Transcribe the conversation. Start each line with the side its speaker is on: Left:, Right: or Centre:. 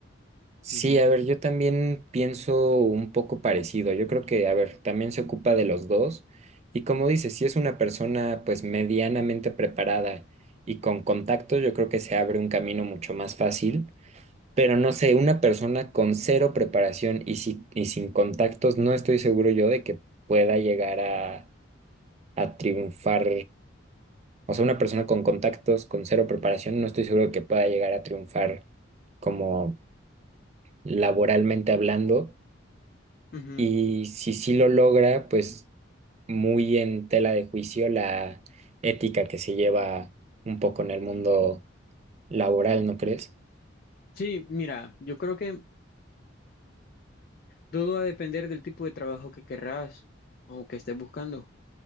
Right: Sí,
Left: Ujú,
Right: a ver, yo también pienso un poco parecido. Yo creo que, a ver, también se ocupa de los dos. Y como dices, si es una persona pues medianamente preparada y con contactos, yo creo que se abre un camino mucho más fácil. Pero no sé, una persona con cero preparación y, si- y sin contactos, no estoy seguro yo de que pueda llegar a, a triunfar. O sea, una persona con contactos, con cero preparación, no estoy seguro de que pueda llegar a triunfar como laboralmente hablando
Left: ujú.
Right: Y si sí lo logra, pues muy en tela de juicio la ética que se lleva un poco en el mundo laboral, ¿no crees?
Left: Sí, mira, yo creo que Todo va a depender del tipo de trabajo que querrás o que estés buscando.